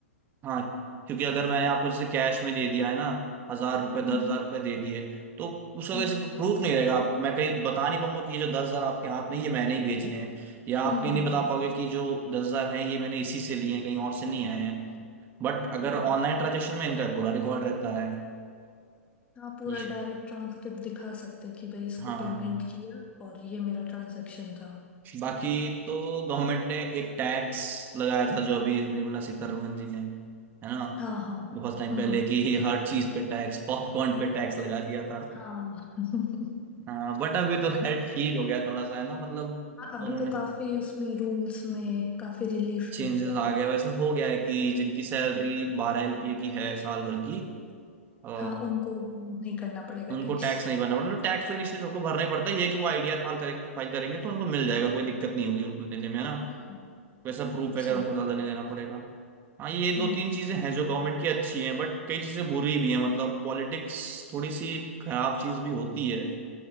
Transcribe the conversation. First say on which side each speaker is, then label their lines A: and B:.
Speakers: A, on the right; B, on the left.
A: हाँ क्योंकि अगर मैंने आपको जैसे कैश में दे दिया है ना हजार रुपए
B: हम्म
A: दस हजार रुपए दे दिए तो उस वजह
B: हम्म
A: से प्रूफ नहीं रहेगा आप मैं कहीं बता नहीं पाऊंगा कि ये जो दस हजार आपके हाथ में ये मैंने ही भेजे हैं या
B: हम्म
A: आप कहीं नहीं बता पाओगे कि जो दस हजार हैं ये मैंने इसी से लिए हैं कहीं और से नहीं आए हैं
B: हम्म।
A: बट अगर
B: हम्म।
A: ऑनलाइन ट्रांजेक्शन में इनका पूरा रिकॉर्ड रहता है
B: आप पूरा
A: ये-
B: डायरेक्ट ट्रांसक्रिप्ट दिखा सकते हैं कि भाई इसको
A: हाँ
B: पेमेंट किया और ये मेरा ट्रांजैक्शन था
A: बाकी तो गवर्नमेंट ने एक टैक्स लगाया था जो अभी निर्मला सीतारमन जी ने है ना
B: हाँ हाँ
A: बहुत टाइम
B: हम्म
A: पहले कि हर चीज पे टैक्स पॉपकॉर्न पे टैक्स लगा दिया था
B: हाँ <laughs>
A: हाँ बट अभी तो खैर ठीक हो गया थोड़ा सा है ना मतलब
B: हाँ, अभी
A: उन्होंने
B: तो काफी उसमें रूल्स में काफी रिलीफ
A: चेंजेस
B: दे दिया
A: आ गए वैसा हो गया है कि जिनकी सैलरी बारह एलपीए की है साल भर की आ,
B: हाँ उनको नहीं करना पड़ेगा
A: उनको
B: टैक्स
A: टैक्स नहीं भरना पड़ता मतलब टैक्स तो इनिशियली सबको भरना ही पड़ता है ये कि वो आईडीआर फाइल करेंगे फाइल करेंगे तो उनको मिल जाएगा कोई दिक्कत नहीं होगी उनको देने में है ना
B: हम्म
A: वैसा प्रूफ वगैरह
B: सही
A: उनको ज्यादा नहीं देना पड़ेगा हाँ ये दो
B: हम्म
A: तीन चीजें हैं जो गवर्नमेंट की अच्छी हैं बट कई चीजें बुरी भी हैं मतलब पॉलिटिक्स थोड़ी सी खराब चीज भी होती है